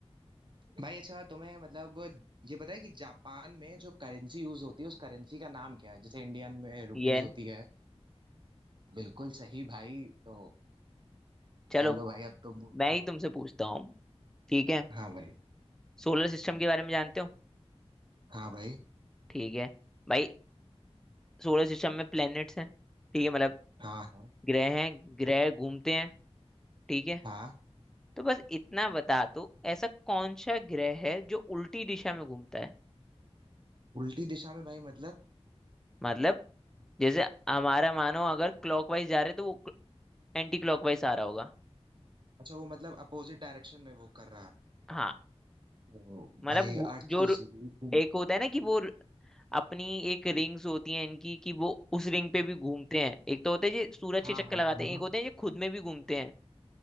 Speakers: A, on the right; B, in the centre.
A: भाई अच्छा तुम्हें मतलब ये पता है कि जापान में जो करेंसी यूज होती है उस करेंसी का नाम क्या है जैसे इंडियन में रुपीस
B: ये
A: होती है बिल्कुल सही भाई तो
B: चलो
A: चलो भाई अब तुम पूछो
B: मैं ही तुमसे पूछता हूँ ठीक है
A: हाँ भाई
B: सोलर सिस्टम के बारे में जानते हो
A: हाँ भाई
B: ठीक है भाई सोलर सिस्टम में प्लैनेट्स हैं ठीक है मतलब
A: हाँ हाँ
B: ग्रह हैं ग्रह घूमते हैं ठीक है
A: हाँ
B: तो बस इतना बता तो ऐसा कौन सा ग्रह है जो उल्टी दिशा में घूमता है
A: उल्टी दिशा में भाई मतलब
B: मतलब जैसे हमारा मानो अगर क्लॉकवाइज जा रहे तो वो एंटी क्लॉकवाइज आ रहा होगा
A: अच्छा वो मतलब अपोजिट डायरेक्शन में वो कर रहा है
B: हाँ
A: तो
B: मतलब
A: भाई
B: घू-
A: अर्थ
B: जो
A: तो
B: रु-
A: सीधी घूम
B: एक होता है ना कि वो अपनी एक रिंग्स होती हैं इनकी कि वो उस रिंग पे भी घूमते हैं एक तो होते हैं जो सूरज
A: हाँ
B: के चक्कर
A: हाँ
B: लगाते
A: हाँ
B: हैं एक होते हैं जो खुद में भी घूमते हैं